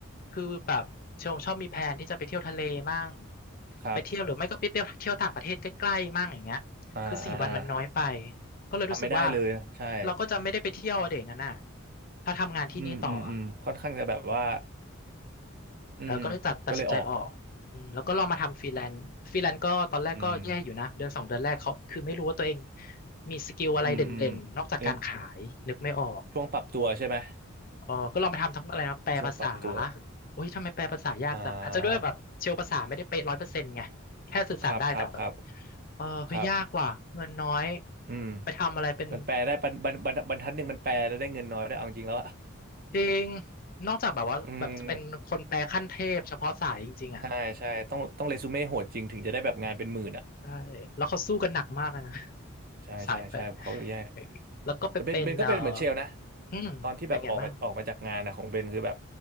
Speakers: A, on the left; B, on the right.
A: คือแบบเชมชอบมีแผนที่จะไปเที่ยวทะเลมั่ง
B: ครับ
A: ไปเที่ยวหรือไม่ก็ไปเที่ยวเที่ยวต่างประเทศใกล้ๆมั่งอย่างเงี้ยคือสี่วันมันน้อยไป
B: อ่าอ่าอ่า
A: ก็เลยรู้สึกว่า
B: ทำไม่ได้เลยใช่
A: เราก็จะไม่ได้ไปเที่ยวอะเด็กงั้นน่ะถ้าทำงานที่นี่ต่ออะ
B: อืมอืมอืมค่อนข้างจะแบบว่าอืมก็เลยออก
A: เออก็เลยตัดตัดสินใจออกอืมแล้วก็ลองมาทำฟรีแลนซ์ฟรีแลนซ์ก็ตอนแรกก็แย่อยู่นะเดือนสองเดือนแรกเขาคือไม่รู้ว่าตัวเอง
B: อืม
A: มีสกิลอะไรเด่นๆนอกจากการขายนึกไม่ออก
B: อืมอืมยังช่วงปรับตัวใช่ไหม
A: เออก็ลองไปทำทั้งอะไรนะแปลภาษา
B: เป็นช่วงปรับตัว
A: โอ้ยทำไมแปลภาษายากจังอาจจะด้วยแบบเชลภาษาไม่ได้เป๊ะร้อยเปอร์เซ็นต์ไงแค่สื่อสารได้แต่แบบ
B: อ่าครับครับครับ
A: เออเฮ้ยยากว่ะเงินน้อย
B: ครับอืม
A: ไปทำอะไรเป็น
B: มันแปลได้บรรบรรบรรบรรทัดหนึ่งมันแปลแล้วได้เงินน้อยได้วยเอาจริงแล้วอะ
A: จริงนอกจากแบบว่าแบบจะเป็นคนแปลขั้นเทพเฉพาะสายจริงๆอ่ะ
B: <laughs> อืมใช่ใช่ต้องต้องเรซูเม่โหดจริงถึงจะได้แบบงานเป็นหมื่นอ่ะ
A: ใช่แล้วเขาสู้กันหนักมากเลยนะ
B: ใช่ใช่ใช่เขาแย่
A: <laughs> สายแปลเออแล้วก็ไปเป็นเออ
B: แต่เบนเบนก็เป็นเหมือนเชลนะ
A: อืมเป็นไงบ้าง
B: ตอนที่แบบออกมาออกมาจากงานนะของเบนคือแบบ